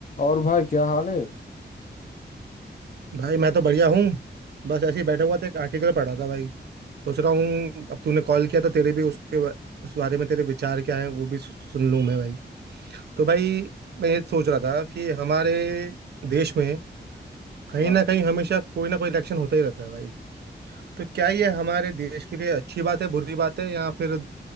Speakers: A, on the left (about 45°); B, on the right (about 65°).
A: और भाई क्या हाल है
B: भाई मैं तो बढ़िया हूँ बस ऐसे ही बैठा हुआ था एक आर्टिकल पढ़ा था भाई सोच रहा हूँ अब तूने कॉल किया तो तेरे भी उसके बा- उस बारे में तेरे विचार क्या है वो भी सु- सुन लूँ मैं भाई तो भाई मैं ये सोच रहा था कि हमारे देश में कहीं
A: हाँ
B: ना कहीं हमेशा कोई ना कोई इलेक्शन होता ही रहता है भाई तो क्या ये हमारे देश के लिए अच्छी बात है बुरी बात है या फिर